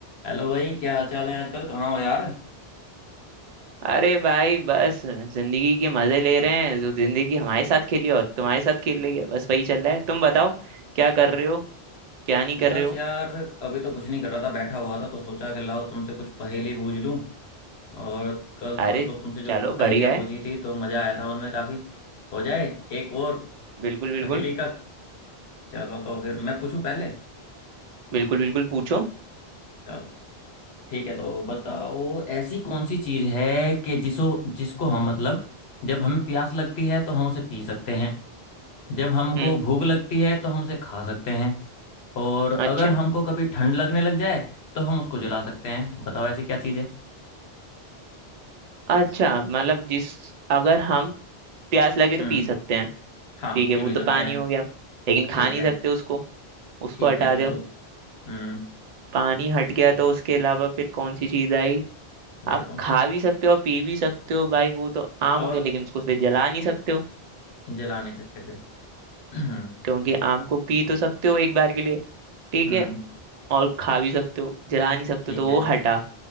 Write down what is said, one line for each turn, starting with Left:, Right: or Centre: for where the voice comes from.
Left: Hello भाई क्या हाल चाल है आजकल कहाँ हो यार
Right: अरे भाई बस जिंदगी के मजे ले रहे हैं जो जिंदगी हमारे साथ खेली और तुम्हारे साथ खेल रही है बस वही चल रहा है तुम बताओ क्या कर रहे हो क्या नहीं कर
Left: बस
Right: रहे हो
Left: यार अभी तो कुछ नहीं कर रहा था बैठा हुआ था तो सोचा कि लाओ तुमसे कुछ पहेली बूझ लूं और कल
Right: अरे
Left: परसों तुमसे जो
Right: चलो
Left: पहेलियाँ
Right: बढ़िया
Left: पूछी
Right: है
Left: थी तो मज़ा आया था उनमें काफ़ी हो जाए एक और
Right: बिल्कुल बिल्कुल
Left: पहेली का चलो तो फिर मैं पूछूं पहले
Right: बिल्कुल बिल्कुल पूछो
Left: चलो ठीक है तो बताओ ऐसी कौन सी चीज़ है कि जिसो जिसको हम मतलब जब हमें प्यास लगती है तो हम उसे पी सकते हैं जब हमको
Right: हम्म
Left: भूख लगती है तो हम उसे खा सकते हैं और
Right: अच्छा
Left: अगर हमको कभी ठंड लगने लग जाए तो हम उसको जला सकते हैं बताओ ऐसी क्या चीज़ है
Right: अच्छा मतलब जिस अगर हम प्यास लगे तो
Left: हम्म
Right: पी सकते हैं
Left: हाँ
Right: ठीक है
Left: पी
Right: वो
Left: भी
Right: तो
Left: सकते
Right: पानी
Left: हैं
Right: हो गया लेकिन खा
Left: ठीक
Right: नहीं
Left: है
Right: सकते उसको उसको
Left: ठीक
Right: हटा
Left: है बिल्कुल
Right: दो
Left: हम्म
Right: पानी हट गया तो उसके अलावा फिर कौन सी चीज आई
Left: देखो
Right: आप खा भी सकते हो और पी भी सकते हो भाई वो तो आम
Left: और
Right: हो गया लेकिन उसको फिर जला नहीं सकते हो
Left: जला नहीं सकते फिर <clears throat> हम्म
Right: क्योंकि आम को पी तो सकते हो एक बार के लिए ठीक
Left: हम्म,
Right: है और खा भी सकते हो जला नहीं सकते
Left: ठीक
Right: हो, तो वो
Left: है
Right: हटा